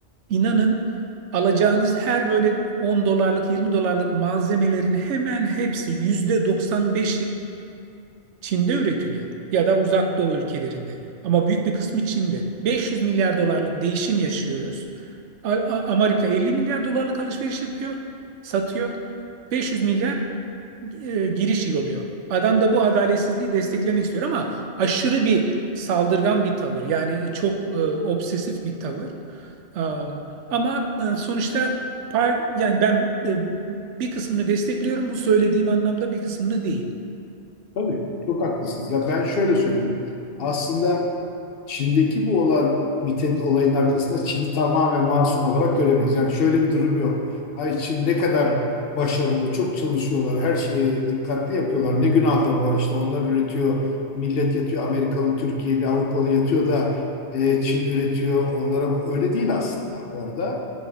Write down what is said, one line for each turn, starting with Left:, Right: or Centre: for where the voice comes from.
Right: inanın alacağınız her böyle 10 dolarlık 20 dolarlık malzemelerin hemen hepsi %95'i Çin'de üretiliyor ya da Uzak Doğu ülkelerinde. Ama büyük bir kısmı Çin'de. 500 milyar dolarlık değişim yaşıyoruz. A- A- Amerika 50 milyar dolarlık alışveriş yapıyor, satıyor. 500 milyar e, giriş oluyor. Adam da bu adaletsizliği desteklemek istiyor ama aşırı bir saldırgan bir tavır. Yani çok e, obsesif bir tavır. Am, ama e, sonuçta par yani ben e, bir kısmını destekliyorum. Bu söylediğim anlamda bir kısmını değil.
Left: Tabii çok haklısınız. Ya ben şöyle söyleyeyim. Aslında Çin'deki bu olan bitenin olayın arkasında Çin'i tamamen masum olarak göremeyiz. Yani şöyle bir durum yok. Ay Çin ne kadar başarılı, çok çalışıyorlar, her şeye dikkatli yapıyorlar. Ne günahları var işte. Onlar üretiyor, millet yatıyor. Amerikalı, Türkiye'li, Avrupalı yatıyor da e, Çin üretiyor. Onlara öyle değil aslında orada.